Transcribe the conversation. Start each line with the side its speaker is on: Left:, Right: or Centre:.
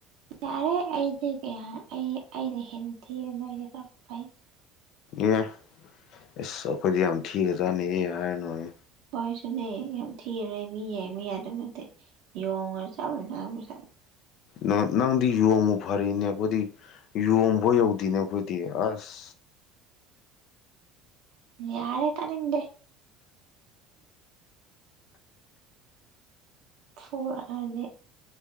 Right: ꯌꯥꯔꯦ ꯑꯩꯗꯤ ꯀꯩꯍꯥ ꯑꯩ ꯑꯩꯅ ꯍꯦꯟꯅ ꯊꯤꯕ ꯅꯣꯏꯗꯤ ꯈꯔ ꯐꯩ
Left: ꯑꯦ ꯑꯁ ꯑꯩꯈꯣꯏꯗꯤ ꯌꯥꯝ ꯊꯤꯒꯖꯥꯅꯤꯍꯦ ꯍꯥꯏꯔꯅꯨꯍꯦ
Right: ꯍꯣꯏꯁꯨꯅꯦ ꯌꯥꯝ ꯊꯤꯒꯔꯦ ꯃꯤ ꯌꯦꯡꯕ ꯌꯥꯗꯕ ꯅꯠꯇꯦ ꯌꯣꯡꯒ ꯃꯥꯅ ꯃꯁꯛ
Left: ꯅ ꯅꯪꯗꯤ ꯌꯣꯡꯕꯨ ꯐꯔꯤꯅꯦ ꯑꯩꯈꯣꯏꯗꯤ ꯌꯣꯡꯕꯥꯎ ꯌꯧꯗꯦꯅꯦ ꯑꯩꯈꯣꯏꯗꯤ ꯑꯁ
Right: ꯌꯥꯔꯦ ꯇꯥꯅꯤꯡꯗꯦ ꯐꯨꯔꯛꯑꯅꯤ